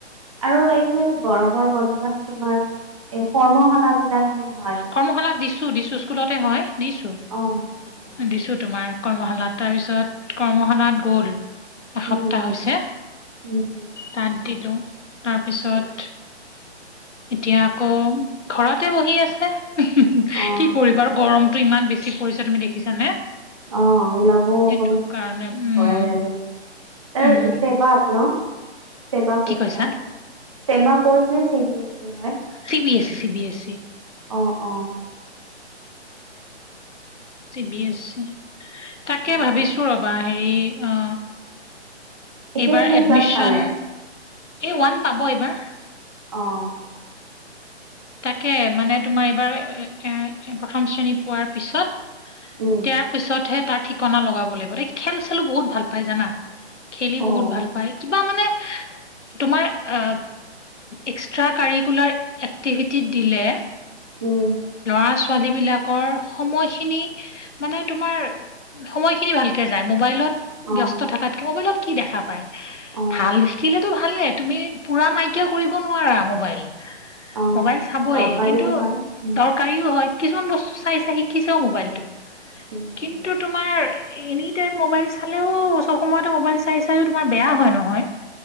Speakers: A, on the right; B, on the left.
A: আৰু এই গৰমৰ বন্ধত তোমাৰ এ কৰ্মশালা বিলাক যে হয়
B: কৰ্মশালা দিছোঁ দিছোঁ, স্কুলতে হয় দিছোঁ
A: অ' দিছা
B: দিছোঁ তোমাৰ কৰ্মশালাত তাৰপিছত কৰ্মশালাত গ'ল এসপ্তাহ
A: উম উম
B: হৈছে
A: উম হুম,
B: তাত দিলোঁ, তাৰপিছত এতিয়া আকৌ ঘৰতে বহি আছে, কি
A: অ'
B: কৰিব আৰু গৰম টো ইমান বেছি পৰিছে তুমি দেখিছানে?
A: অ ওলাবও
B: সেইটো
A: অকণ
B: কাৰণে উম
A: ভয় লাগে, তাৰ
B: উম
A: চেবাত ন? ছেবা
B: কি
A: ক্ৰচ
B: কৈছা
A: তাৰ, ছেবা ক্ৰচ নে চি বি এ ছি হয়?
B: C B S C, C B S C
A: অ অ
B: চি বি এছ চি তাকে
A: উম।
B: ভাবিছোঁ ৰ'বা হেৰি অ
A: এতিয়া
B: এইবাৰ
A: কোন
B: এডমিশন,
A: ক্লাছ পালে?
B: সি ওৱান পাব এইবাৰ
A: অ অ'।
B: তাকে মানে তোমাৰ এইবাৰ এ এ প্ৰথম শ্ৰেণী পোৱাৰ পিছত
A: উম
B: ইয়াৰ পিছতহে তাৰ ঠিকনা লগাব লাগিব তাই খেল-চেলো বহুত ভাল পাই জানা খেলি
A: অ',
B: বহুত ভাল পায় কিবা মানে তোমাৰ আ এক্সট্ৰা কাৰিকুলাৰ টিভিভিটিত দিলে
A: উম
B: ল'ৰা-ছোৱালী বিলাকৰ সময়খিনি মানে তোমাৰ সময়খিনি ভালকে যায় মোবাইলত
A: অ',
B: ব্যস্ত থকাতকে মোবাইলত কি দেখা পাই
A: অ',
B: ভাল দেখিলে টো ভালেই তুমি পুৰা নাইকিয়া কৰিব নোৱাৰা মোবাইল
A: অ'।
B: মোবাইল চাবয়ে
A: দৰকাৰীও
B: কিন্তু
A: হয়। উম,
B: দৰকাৰীও হয় কিছুমান বস্তু চাই চাই শিকিছেও মোবাইলটোত
A: উম, হুম,
B: কিন্তু
A: হুম।
B: তো তোমাৰ এনি টাইম মবাইল চালেও চব সময়তে মবাইল চাই চাইও তোমাৰ বেয়া হয় নহয়